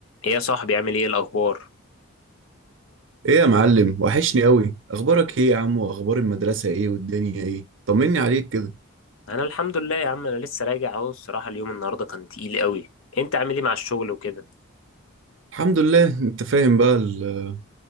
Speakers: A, on the left; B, on the right.
A: ايه يا صاحبي عامل ايه الاخبار
B: ايه يا معلم وحشني قوي اخبارك ايه يا عم واخبار المدرسة ايه والدنيا ايه طمني عليك كده
A: انا الحمد لله يا عم انا لسه راجع اهو الصراحه اليوم النهارده كان تقيل قوي انت عامل ايه مع الشغل وكده
B: الحمد لله انت فاهم بقى ال-